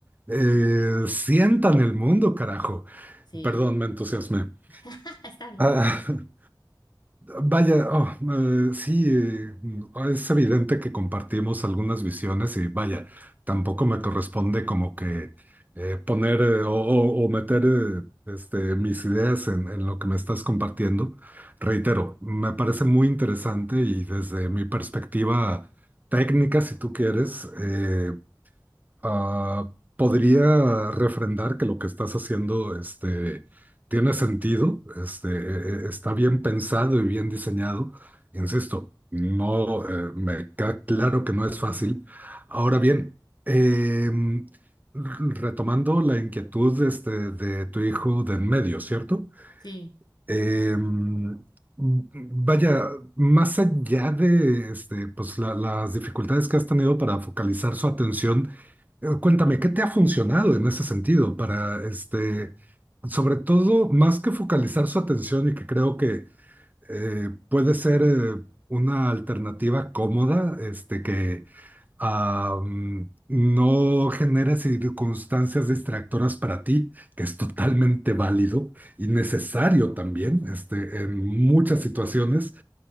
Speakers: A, on the right (about 20°); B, on the left (about 60°).
A: eh, sientan el mundo, carajo.
B: sí,
A: Perdón, me entusiasmé.
B: <laughs> está bien.
A: Ah, <laughs> Vaya, oh, eh, sí, eh, es evidente que compartimos algunas visiones y vaya, tampoco me corresponde como que eh, poner eh, o, o- o meter eh, este, mis ideas en, en lo que me estás compartiendo. Reitero, me parece muy interesante y desde mi perspectiva técnica, si tú quieres, eh, Ah, podría refrendar que lo que estás haciendo, este, tiene sentido, este, e- e- está bien pensado y bien diseñado. Insisto, no, eh, me queda claro que no es fácil. Ahora bien, em, r- retomando la inquietud, este, de tu hijo de en medio, ¿cierto?
B: Sí,
A: Em, Vaya, más allá de este, pues, la- las dificultades que has tenido para focalizar su atención, eh, Cuéntame, ¿qué te ha funcionado en ese sentido para, este, sobre todo, más que focalizar su atención y que creo que eh, puede ser eh, una alternativa cómoda, este, que ah, mm, no genere circunstancias distractoras para ti, que es totalmente válido y necesario también, este, en muchas situaciones,